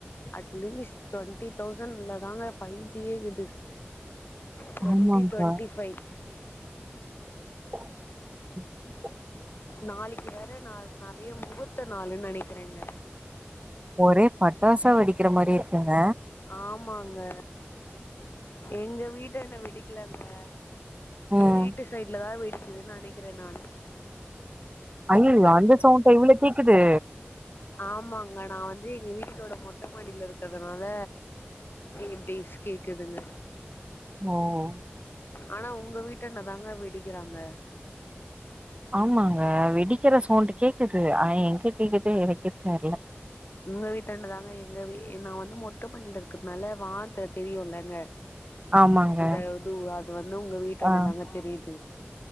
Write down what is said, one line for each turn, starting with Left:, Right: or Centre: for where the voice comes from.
Left: அட்லீஸ்ட் டுவெண்ட்டி தௌசண்ட் இல்லதாங்க ஃபை ஜியே இது டுவென்ண்டி
Right: ஆமாங்க
Left: டுவென்டி ஃபைவ்
Right: <inaudible>
Left: நாளைக்கு வேற நா நெறைய முகூர்த்த நாள்ன்னு நெனைக்கிறேங்க
Right: ஒரே பட்டாசா வெடிக்கிற மாரி இருக்குங்க
Left: ஆமாங்க எங்க வீட்டாண்ட வெடிக் இலந்த உங்க
Right: ம்
Left: வீட்டு சைட்லதா வெடி இது நினைக்கிறேன் நானு
Right: அய்யயயா அந்த சௌண்டா இவ்ளவு கேக்குது
Left: ஆமாங்க நான் வந்து எங்க வீட்டோட மொட்டை மாடியில இருக்கிறதுனால இப்டிஸ் கேக்குதுங்க
Right: ஹம்
Left: ஆனா உங்க வீட்டாண்டதாங்க வெடிக்கிறாங்க
Right: ஆமாங்க வெடிக்கிற சோண்ட கேக்குது எங்க கேக்குது எனக்கே தெரியல
Left: உங்க வீட்டண்டதாங்க எங்க வீ நான் வந்து மொட்டைமாடில இருக்கிறதுனால வா னத்த தெரியும்லங்க
Right: ஆமாங்க
Left: அந்த இது அது வந்து உங்க வீட்டண்ண
Right: ஆ
Left: தாங்க தெரியுது